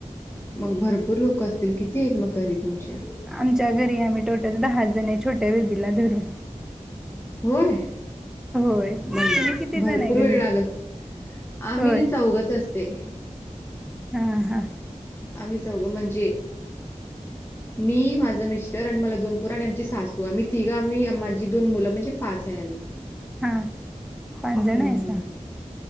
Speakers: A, on the left; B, in the centre.
A: मग भरपूर लोक असतील? किती आहेत, मग घरी तुमच्या?
B: आमच्या घरी आम्ही टोटल दहा जणी आहे, छोट्या बेबीला धरून.
A: होय.
B: होय तुम्ही
A: मग
B: किती
A: भरपूर
B: जण आहे
A: वेळ
B: घरी?
A: लागल? आम्ही
B: होय
A: नाही, चौघच असते.
B: हा, हा.
A: आम्ही चौघं म्हणजे- मी, माझं मिस्टर आणि मला दोन पोर आणि आमची सासू आम्ही तिघं आ् माझी दोन मुलं म्हणजे, पाच आहे आम्ही. <inaudible>
B: हा. पाच जण
A: हं,
B: आहेसा?
A: हं.